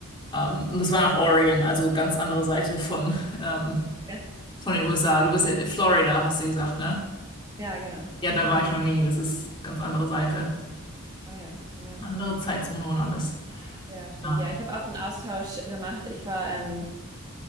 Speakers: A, on the left (about 20°); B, on the right (about 20°).
A: Ähm, und das war nach Oregon, also ganz andere Seite von, ähm,
B: ja,
A: von den USA. Du bist ja in Florida, hast du gesagt, ne?
B: Ja, genau.
A: Ja,
B: Mhm.
A: da war ich noch nie. Das ist ganz andere Seite.
B: Ah ja, ja.
A: Andere Zeitzone und alles.
B: Ja, stimmt.
A: Ja.
B: Ja, ich habe auch einen Austausch gemacht. Ich war ähm,